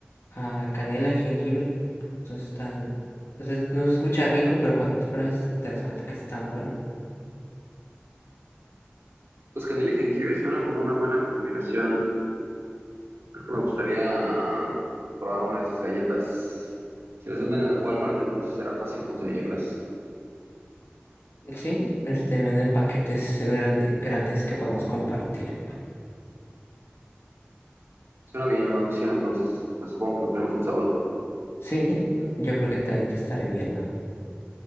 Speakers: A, on the left; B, on the right.
A: a canela y jengibre. Entonces están, entonces no se escucha rico, pero cuando las pruebas te das cuenta que están buenas.
B: Pues canela y jengibre suena como una buena combinación. Creo que me gustaría um, probar una de esas galletas. Si las venden en el Walmart, entonces será fácil conseguirlas.
A: Sí, este venden paquetes grande- grandes que podemos compartir.
B: Suena bien, Mauricio, entonces pues, supongo que nos veremos el sábado.
A: Sí, yo creo que ahí te estaré viendo.